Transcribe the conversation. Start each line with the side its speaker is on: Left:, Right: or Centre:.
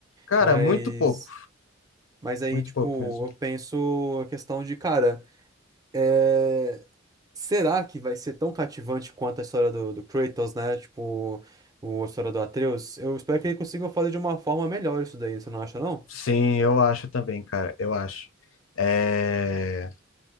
Left: Cara,
Right: Mas.
Left: muito pouco.
Right: Mas aí,
Left: Muito
Right: tipo,
Left: pouco mesmo.
Right: eu penso a questão de, cara. eh, Será que vai ser tão cativante quanto a história do, do Kratos, né? Tipo, o, a história do Atreus? Eu espero que ele consiga fazer de uma forma melhor isso daí, você não acha, não?
Left: Sim, eu acho também, cara, eu acho. É...